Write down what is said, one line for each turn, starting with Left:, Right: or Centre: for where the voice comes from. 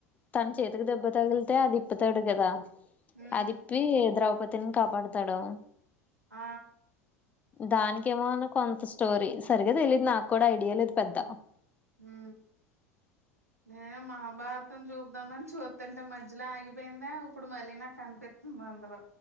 Left: తన చేతికి దెబ్బ తగిలితే అది ఇప్పుతాడు కదా
Right: ఉమ్
Left: అదిప్పి ద్రౌపథీని కాపాడుతాడు
Right: ఆ
Left: దానికిమో అన్న కొంత స్టోరీ సరిగా తెలియదు నాకు కూడా ఐడియా లేదు పెద్ద
Right: ఉ నేను మహాభారతం చూపుదామని చూద్దంటే మధ్యలో ఆగిపో పోయిందా ఇప్పుడు మళ్ళీ నాకు కనిపిస్తుంది అందులో